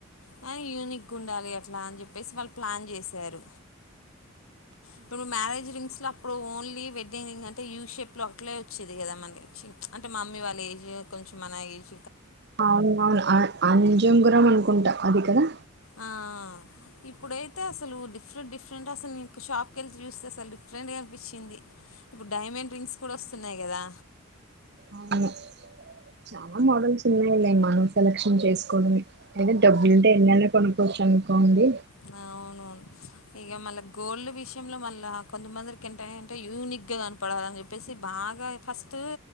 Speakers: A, on the left; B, on the right.
A: కానీ యునిక్ ఉండాలి అట్ల అని చే చెప్పేసి వాళ్ ప్లాన్ చేసారు. ఇప్పు ను మరేజ్ రింగ్స్లా ఇప్పుడు ఓన్లీ వెడ్డింగ్ ఇకంటే యూ షేప్లో అట్లే వచ్చేది కదా మన అంటే మామ్మీ వాళ్ళ ఏజ్ కొంచెం చి మనయజ
B: అవును అవును అనజం గురం అంట కుంట అది కదా
A: ఆ ఇప్పుడైతే అసలుఊ డిఫరెంట్ డిఫరెంట్ అసలు మీకు షాప్కి వెళ్తే చూస్తే అసలు డిఫరెంట్గా అనిపించింది ఇప్పుడు డైమండ్ రింగ్స్ కూడా వస్తున్నాయి కదా
B: అవును చాలా మోడల్స్ ఉన్నాయిలే మనం సెలెక్షన్ చేసుకోవడమే అ డబ్బలి ఎ కొనుకోచ్చనుకోంది
A: అవునవును ఇక మళ్ళ గోల్ విష విషయంలో మళ్ళీ కొంతమందికింటంట యూనిక్గా కనపడాలిని చెప్పేసి బాగా ఫస్ట్